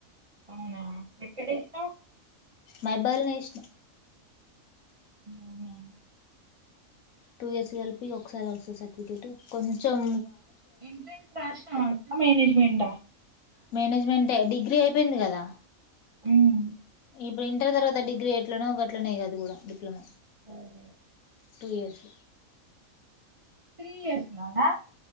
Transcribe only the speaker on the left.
మైబ్బాద్ లనే చేసిన
టూ ఇయర్స్ కలిపి ఒక్కసారే వస్తది సర్టిఫికెట్ కొంచం
మేనేజ్మెంటె డిగ్రీ అయిపోయింది కదా
ఇప్పుడు ఇంటర్ తర్వాత డిగ్రీ ఎట్లనో గట్లనే అది గుడా డిప్లొమ
టూ ఇయర్స్